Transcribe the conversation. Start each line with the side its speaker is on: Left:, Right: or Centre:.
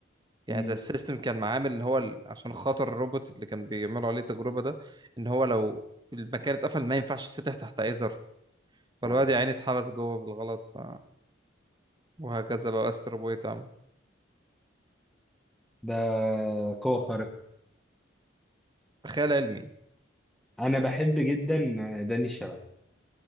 Right: يعني
Centre: مم.
Right: زي السيستم كان معامل ان هو ال- عشان خاطر الروبوت اللي كان بيعملوا عليه التجربه ده ان هو لو المكان اتقفل ما ينفعش يتفتح تحت اي ظرف فالواد
Centre: اه
Right: يا عيني اتحبس جوه بالغلط ف... وهكذا بقى استر بوي تعمل
Centre: ده قوة خارقة
Right: خيال علمي
Centre: انا بحب جدا داني الشبح